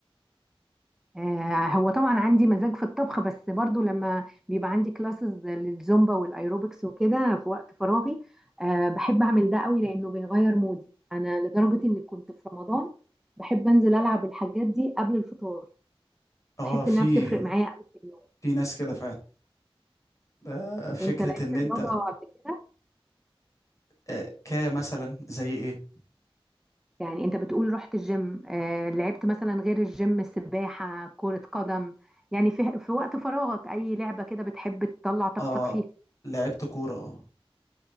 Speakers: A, in the centre; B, on the left.
A: آه، هو طبعا عندي مزاج في الطبخ بس برضو لما بيبقى عندي كلاسز للزومبا والايروبكس وكده في وقت فراغي آه، بحب اعمل ده قوي لانه بيغير مودي انا لدرجة اني كنت في رمضان بحب انزل العب الحاجات دي قبل الفطار
B: اه
A: بحس
B: في
A: انها بتفرق معايا قوي في اليوم
B: في ناس كده فعلا آه، فكرة
A: انت لعبت
B: ان انت
A: رياضة قبل كده
B: آه، كمثلا زي ايه
A: يعني انت بتقول رحت الجيم آه، لعبت مثلا غير الجيم سباحة كرة قدم يعني في في وقت فراغك اي لعبة كده بتحب تطلع طاقتك
B: اه
A: فيها
B: لعبت كورة اه